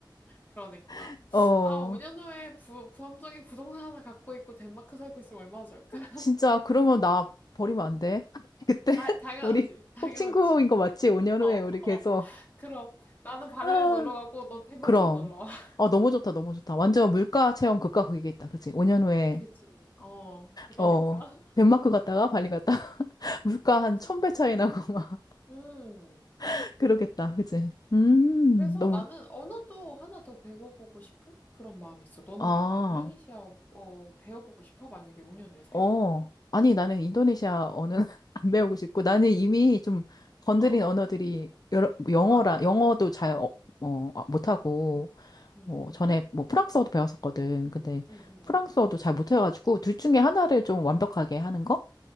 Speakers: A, on the left; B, on the left.
A: 그러니까.
B: <laughs> 어
A: 아, 5년 후에 부, 부함정에 부동산 하나 갖고 있고 덴마크 살고 있으면 얼마나 좋을까? <laughs>
B: 진짜 그러면 나 버리면 안 돼. <laughs> 그때 <laughs>
A: 아, 당연하지.
B: 우리
A: 당연하지.
B: 꼭 친구인 거 맞지?
A: <laughs>
B: 5년
A: 어,
B: 후에
A: 어.
B: 우리 계속.
A: 그럼 나는 발리로
B: 아,
A: 놀러 가고 넌 덴마크로
B: 그럼.
A: 놀러 와. <laughs>
B: 어, 너무 좋다, 너무 좋다. 완전 물가 체험 극과 극이겠다. 그치? 5년 후에,
A: 그지, 어, 그러니까.
B: 어, 덴마크 갔다가 발리 갔다가 <laughs> 물가
A: 그지,
B: 한 천배
A: 그지.
B: 차이 나고 막
A: 음.
B: <laughs> 그러겠다. 그치? 음,
A: 그래서
B: 너무,
A: 나는 언어도 하나 더 배워보고 싶은 그런 마음이 있어. 너는
B: 아,
A: 왜 약간 인도네시아 어, 어, 배워보고 싶어? 만약에 5년 후에 살게
B: 어.
A: 된다면?
B: 아니, 나는 인도네시아 언어는 <laughs> 안 배우고 싶고, 나는 이미 좀 건드린
A: 어,
B: 언어들이 여러, 영어라,
A: 많아.
B: 영어도 잘, 어, 어, 아, 못하고,
A: 응 응,
B: 뭐
A: 응,
B: 전에 뭐 프랑스어도 배웠었거든. 근데
A: 응, 응,
B: 프랑스어도
A: 응.
B: 잘 못해가지고 둘 중에 하나를 좀 완벽하게 하는 거?